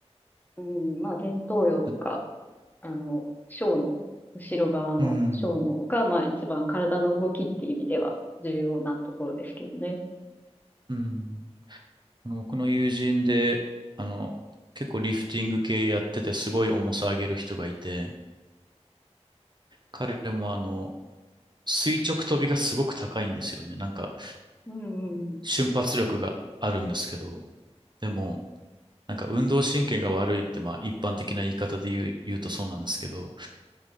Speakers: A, on the left; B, on the right.
A: うん、まあ前頭葉とか、
B: あ
A: あの、小脳、後ろ側の小脳が、
B: うん。
A: まあ一番体の動きっていう意味では重要なところですけどね。
B: うん。あの僕の友人で、あの、結構リフティング系やっててすごい重さ上げる人がいて、彼もあの、垂直跳びがすごく高いんですよね。なんか、
A: うんうん
B: 瞬発力があるんですけど、でも、なんか運動神経が悪いって、まあ一般的な言い方で言う、言うとそうなんですけど、